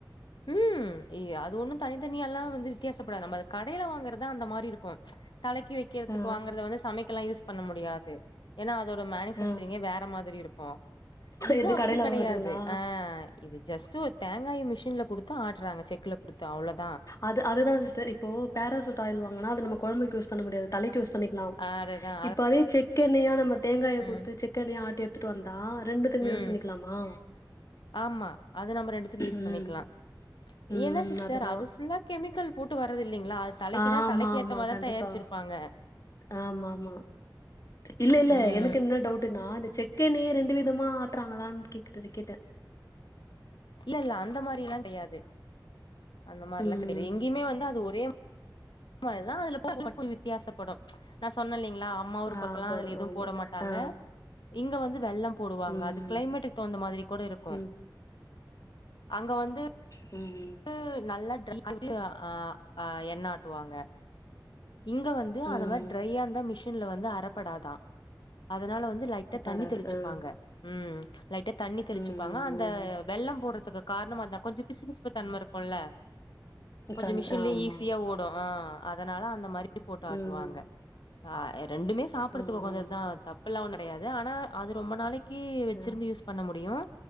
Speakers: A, on the left; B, on the left.
A: ம் இ அது ஒண்ணும் தனித்தனியால்லாம் வந்து வித்தியாசப்படாது நம்ம அது கடையில வாங்கற தான் அந்த மாறி இருக்கும் தலைக்கி வைக்கிறதுக்கு
B: ஆ
A: வாங்கறத வந்து சமைக்கலா யூஸ் பண்ண முடியா து ஏன்னா அதோட மேனுஃபேக்சரிங்கே
B: ஆ
A: வேற மாறி இருக்கும் இது
B: எது
A: அப்டி
B: கடைல
A: கெடயாது
B: வாங்கறதுங்களா
A: ஆ இது ஜஸ்ட் ஒரு தேங்காய் மிஷின்ல கொடுத்து ஆட்டுறாங்க செக்ல குடுத்து அவ்ளோத
B: அது அதுதான் சிஸ்டர் இப்போ பேராசூட் ஆயில் வாங்கன்னா அது நம்ம கொழம்புக்கு யூஸ் பண்ண முடியாது தலைக்கு யூஸ் பண்ணிக்கலாம்
A: ஆ அதுதான்
B: இப்ப அதே செக்கெண்ணெயா நம்ம தேங்காய
A: ம்
B: கொடுத்து செக்கெண்ணயா ஆட்டி எடுத்துட்டு வந்தா ரெண்டுத்துக்குமே
A: ம்
B: யூஸ் பண்ணிக்கலாம் க்கலாமா
A: ஆமா அது நம்ம ரெண்டுத்துக்கு யூஸ்
B: ம்
A: பண்ணிக்கலா
B: ம்
A: ஏனா சிஸ்டர்
B: அதுதா
A: அது ஃபுல்லா கெமிக்கல் போட்டு வரதில்லைங்களா அது தலைக்குனா
B: ஆமா
A: தலைக்கு
B: ஆமா
A: ஏத்த மாறிதா
B: கண்டிப்பா
A: தயாரிச்சிருப்பாங்க
B: ஆமா ஆமா இல்ல இல்ல
A: ம்
B: எனக்கு என்ன டவுட்னா அந்த செக் எண்ணெயே ரெண்டு விதமா ஆட்டுறாங்களான்னு கேக்குடுது கேட்டே
A: இல்ல இல்ல அந்த மாறில்லா கெடையாது அந்த மாறிலாம்
B: ம்
A: கெடையாது எங்கேயுமே வந்து அது ஒரே சொன்ன மாறிதா <unintelligible> அதுல போ மட்டும் வித்தியாசப்படும் நா சொன்ன இல்லங்களா அம்மா ஊர்
B: ஆ
A: பக்கம்லா
B: படும்
A: அதுல எதும்
B: ஆமா
A: போட மாட்டாங்க
B: ஆ
A: இங்க வந்து வெல்லம் போடுவாங்க
B: ம்
A: அது கிளைமேட்டுக்கு தகுந்த மாதிரி கூட இருக்கும்
B: ம்
A: அங்க வந்து
B: ம்
A: டு நல்லா <unintelligible> ட் அ அ எண்ணெ ஆட்டுவாங்க இங்க வந்து அந்த
B: ம்
A: மாறி ட்ரையா இருந்த மிஷின்ல வந்து அரைப்படாதா அதனால வந்து லை ட்டா
B: படாது
A: தண்ணி தெளிச்சுப்பாங்க
B: ஆ
A: ம் லைட்டா தண்ணி தெளிச்சுப்பாங்க
B: ம்
A: அந்த
B: ம்
A: வெல்லம் போடறதுக்கு காரணம் அந்த கொஞ்சம் பிசு பிசுப்பு தன்மை இருக்கும்ல கொஞ்ச
B: கண்
A: மிஷின்லயும்
B: ஆமா
A: ஈஸியா ஓடும் ஆ அதனால அந்த மாறி போட்டு ஆட்டுவாங்க
B: ம்
A: ஆ ரெண்டுமே சாப்பிறதுக்கு
B: ம்
A: கொஞ்சது
B: ம்
A: தா தப்புல்லாம் கிடயாது ஆனா அது ரொம்ப நாளைக்கு கீ வச்சிருந்து
B: ஆ
A: யூஸ் பண்ண முடியும்